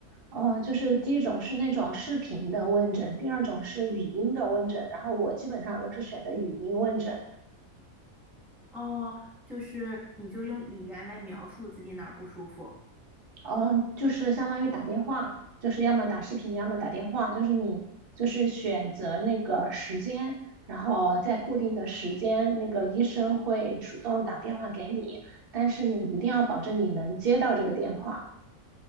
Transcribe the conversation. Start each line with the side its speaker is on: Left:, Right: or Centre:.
Right: 呃，就是第一种是那种视频的问诊，第二种是语音的问诊，然后我基本上都是选的语音问诊，
Centre: 哦，就是你就用语言来描述自己哪儿不舒服。
Right: 呃，就是相当于打电话，就是要么打视频，要么打电话，就是你就是选择那个时间，然后在固定的时间，那个医生会主动打电话给你，但是你一定要保证你能接到这个电话。